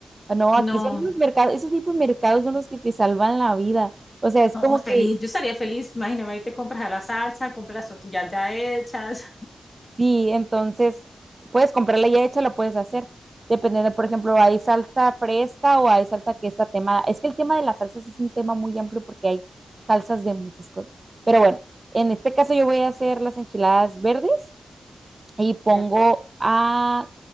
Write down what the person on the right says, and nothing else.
no,
aquí son los mercados, esos tipos de mercados son los que te salvan la vida. O sea, es
como que
Sí, entonces puedes comprarla ya hecha, la puedes hacer. Dependiendo, por ejemplo, hay salsa fresca o hay salsa que está temada. Es que el tema de las salsas es un tema muy amplio porque hay salsas de muchas cosas. Pero bueno, en este caso yo voy a hacer las enchiladas verdes y pongo
a